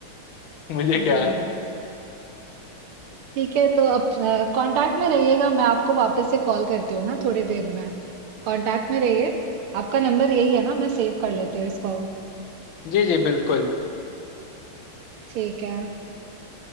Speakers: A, on the left (about 75°); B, on the right (about 85°).
A: मुझे क्या
B: जी
A: है
B: ठीक है तो अब कांटेक्ट में रहिएगा मैं आपको वापस से कॉल करती हूँ ना थोड़ी देर में कांटेक्ट में रहिए आपका नंबर यही है ना मैं सेव कर लेती हूँ इसको
A: जी जी बिल्कुल
B: ठीक है